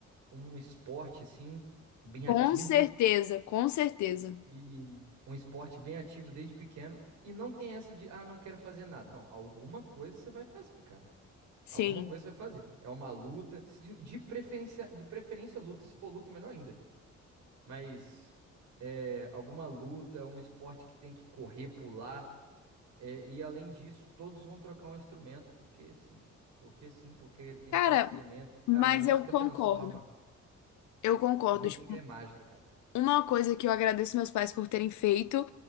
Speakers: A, on the right; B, on the left.
A: um esporte, assim, bem
B: com
A: ativo.
B: certeza, com certeza.
A: E um esporte bem ativo desde pequeno. E não tem essa de, ah, não quero fazer nada. Não, alguma coisa você vai fazer, cara.
B: Sim.
A: Alguma coisa você vai fazer. É uma luta, se- de preferência, de preferência luta. Se for luta, melhor ainda. Mas é, alguma luta, um esporte que tem que correr, pular, é, e além disso, todos vão trocar um instrumento, porque sim. Porque sim, porque quem
B: Cara,
A: toca instrumento.
B: mas
A: Cara, música
B: eu concordo.
A: transforma.
B: Eu concordo.
A: Música
B: Tipo,
A: é mágica, cara.
B: Uma coisa que eu agradeço meus pais por terem feito